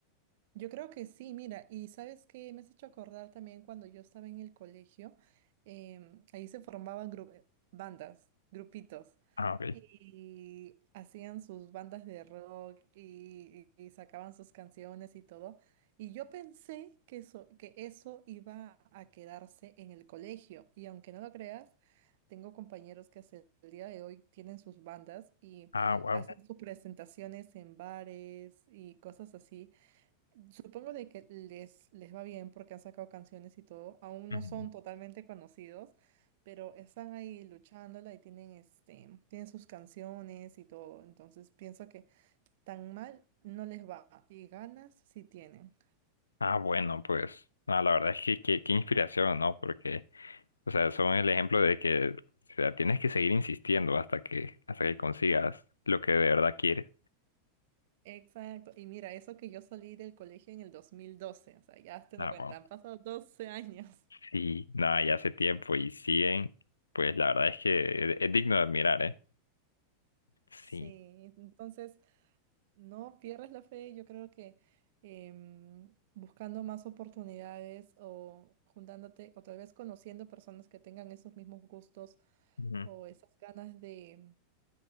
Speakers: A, on the right; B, on the left.
A: Yo creo que sí, mira, y sabes que me has hecho acordar también cuando yo estaba en el colegio, em, ahí se formaban gru- eh, bandas, grupitos,
B: Ah, ok.
A: y hacían sus bandas de rock y, y- y sacaban sus canciones y todo. Y yo pensé que eso, que eso iba a quedarse en el colegio, y aunque no lo creas, tengo compañeros que hasta el día de hoy tienen sus bandas y
B: Ah, wow.
A: hacen sus presentaciones en bares y cosas así. Supongo de que les, les va bien porque han sacado canciones y todo. Aún no
B: Ujú.
A: son totalmente conocidos, pero están ahí luchándola y tienen, este, tienen sus canciones y todo. Entonces pienso que tan mal no les va y ganas sí tienen.
B: Ah, bueno, pues ah, la verdad es que qué, qué inspiración, ¿no? Porque O sea, son el ejemplo de que, o sea, tienes que seguir insistiendo hasta que, hasta que consigas lo que de verdad quieres.
A: Exacto. Y mira, eso que yo salí del colegio en el 2012, o sea, ya te
B: Ah,
A: lo cuentan,
B: wow.
A: han pasado doce años.
B: Sí, nada, ya hace tiempo y siguen, pues la verdad es que es, es digno de admirar, ¿eh? Sí.
A: Sí, entonces No pierdes la fe, yo creo que em, buscando más oportunidades o juntándote o tal vez conociendo personas que tengan esos mismos gustos
B: Ujú.
A: o esas ganas de